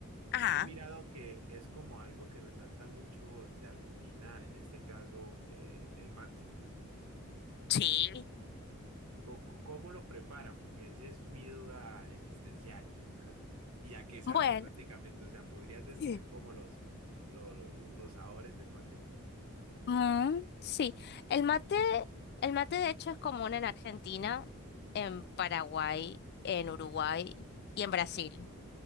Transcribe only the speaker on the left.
Ajá,
sí.
Bueno,
Sí.
mm, sí. El mate, el mate de hecho es común en Argentina, en Paraguay, en Uruguay y en Brasil.